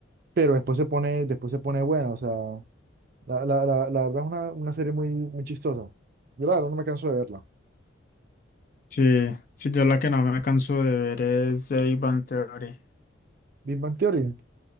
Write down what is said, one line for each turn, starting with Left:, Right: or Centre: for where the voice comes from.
Right: pero después se pone, después se pone buena, o sea, la, la, la, la verdad es una, una serie muy, muy chistosa. Yo la verdad no me canso de verla.
Left: Sí, sí, yo la que no me canso de ver es The Big Bang Theory.
Right: Big Bang Theory,